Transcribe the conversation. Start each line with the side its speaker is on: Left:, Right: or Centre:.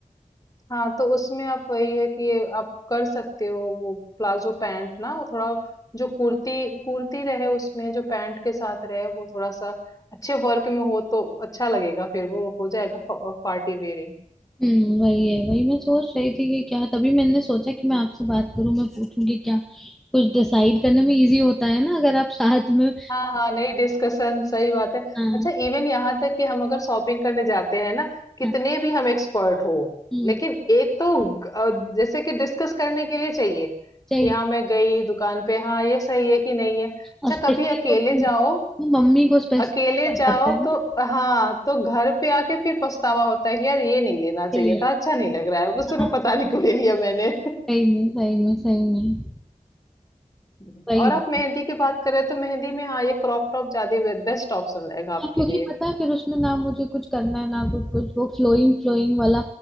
Left: हाँ तो उसमें आप वही है कि ये आप कर सकते हो वो प्लाजो पैंट ना और थोड़ा जो कुर्ती कुर्ती रहे उसमें जो पैंट के साथ रहे वो थोड़ा सा अच्छे वर्क में हो तो अच्छा लगेगा फिर वो हो जाएगा पार्टी वेयरिंग
Centre: हम्म वही है वही मैं सोच रही थी कि क्या तभी मैंने सोचा कि मैं आपसे बात करूं मैं पूछूं कि क्या कुछ डिसाइड करने में इजी होता है ना अगर आप साथ में
Left: हाँ, हाँ, नहीं डिस्कशन सही बात है।
Centre: हाँ
Left: अच्छा इवन यहाँ तक कि हम अगर शॉपिंग करने जाते हैं ना कितने
Centre: हाँ
Left: भी हम एक्सपर्ट हो
Centre: हम्म
Left: लेकिन एक तो ग- अ, जैसे कि डिस्कस करने के लिए चाहिए
Centre: चाहिए
Left: कि हाँ मैं गई दुकान पे हाँ ये सही है कि नहीं है। अच्छा
Centre: और स्पेशली
Left: कभी अकेले
Centre: को तो
Left: जाओ
Centre: तो मम्मी को स्पेशली
Left: अकेले
Centre: पड़ जाता
Left: जाओ
Centre: है
Left: तो
Centre: ना
Left: हाँ तो घर पे आके फिर पछतावा होता है कि यार ये नहीं लेना चाहिए
Centre: के लिए
Left: था अच्छा नहीं लग रहा है उस समय
Centre: हाँ
Left: पता नहीं क्यों ले लिया मैंने
Centre: सही में सही में सही में
Left: <laughs>
Centre: वही
Left: और आप मेहंदी की बात करें तो मेहंदी में हाँ ये क्रॉप टॉप ज्यादा बेस्ट ऑप्शन रहेगा आपके
Centre: हाँ क्योंकि
Left: लिए
Centre: पता है फिर उसमें ना मुझे कुछ करना है ना कुछ कुछ वो फ्लोइंग फ्लोइंग वाला